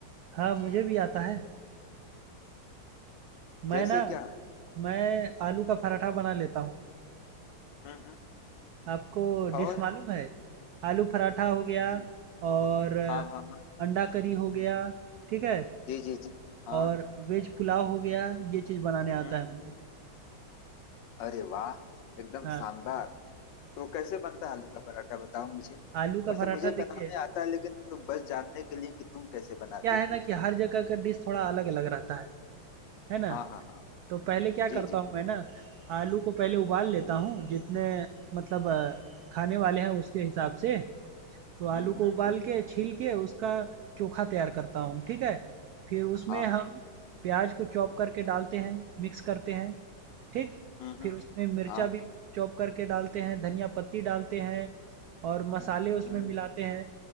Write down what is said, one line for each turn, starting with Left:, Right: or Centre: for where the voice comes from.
Right: हाँ, मुझे भी आता है। मैं
Left: जैसे
Right: ना
Left: क्या
Right: मैं आलू का पराठा बना लेता हूँ।
Left: हम्म हम्म
Right: आपको
Left: और
Right: डिश मालूम है? आलू पराठा हो गया
Left: जी जी
Right: और
Left: हाँ हाँ हाँ
Right: अंडा करी हो गया, ठीक है?
Left: जी जी जी हाँ
Right: और वेज पुलाव हो गया, ये चीज़ बनाने आता
Left: हम्म
Right: है
Left: हम्म
Right: मुझे।
Left: अरे वाह एकदम
Right: हाँ,
Left: शानदार तो कैसे बनता है आलू का पराठा बताओ मुझे
Right: आलू का
Left: वैसे
Right: पराठा
Left: मुझे
Right: देखिए
Left: बनाने आता है लेकिन तो बस जानने के लिए कि तुम कैसे बनाते
Right: क्या है
Left: हो
Right: ना
Left: पूछ
Right: कि
Left: रहा
Right: हर
Left: हूँ
Right: जगह का डिश थोड़ा अलग-अलग रहता है, है ना?
Left: हाँ हाँ हाँ
Right: तो पहले क्या
Left: जी
Right: करता
Left: जी
Right: हूँ मैं ना, आलू को पहले उबाल लेता हूँ, जितने मतलब खाने वाले हैं उसके हिसाब से। तो
Left: हम्म
Right: आलू
Left: हम्म
Right: को उबाल के छील के उसका चोखा तैयार करता हूँ ठीक है फिर उसमें
Left: हाँ हाँ
Right: हम प्याज को चॉप करके डालते हैं मिक्स करते हैं ठीक
Left: हम्म
Right: फिर
Left: हम्म
Right: उसमें मिर्चा
Left: हाँ
Right: भी चॉप करके डालते हैं धनिया पत्ती डालते हैं और मसाले
Left: हम्म
Right: उसमें
Left: हम्म
Right: मिलाते
Left: हम्म,
Right: हैं